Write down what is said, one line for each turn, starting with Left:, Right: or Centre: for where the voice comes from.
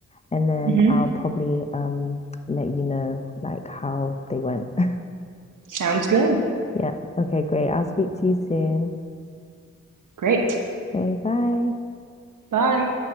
Left: and then
Right: hmm
Left: I'll probably um let you know like how they went. <laughs>
Right: Sounds good.
Left: Yeah, okay, great. I'll speak to you soon.
Right: Great.
Left: Okay, bye.
Right: Bye.